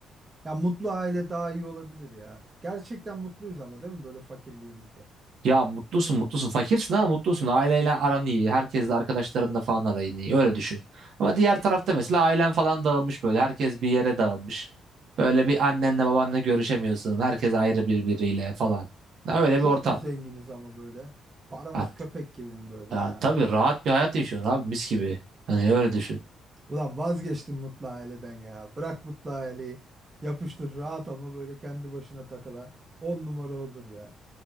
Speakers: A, on the right; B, on the right.
A: Ya mutlu aile daha iyi olabilir ya. Gerçekten mutluyuz ama değil mi böyle fakirliğimizde?
B: Ya mutlusun mutlusun. Fakirsin ama mutlusun. Aileyle aran iyi. Herkesle arkadaşlarınla falan arayın iyi. Öyle düşün. Ama diğer tarafta mesela ailen falan dağılmış böyle. Herkes bir yere dağılmış. Böyle bir annenle babanla görüşemiyorsun. Herkes ayrı birbiriyle falan. Ya Öyle
A: Çok
B: bir ortam.
A: mu zenginiz ama böyle? Paramız
B: At.
A: köpek gibi mi böyle
B: Ya,
A: ya?
B: tabii rahat bir hayat yaşıyorsun abi mis gibi. Hani öyle düşün.
A: Ulan vazgeçtim mutlu aileden ya. Bırak mutlu aileyi. Yapıştır rahat ama böyle kendi başına takılan. on numara olur ya.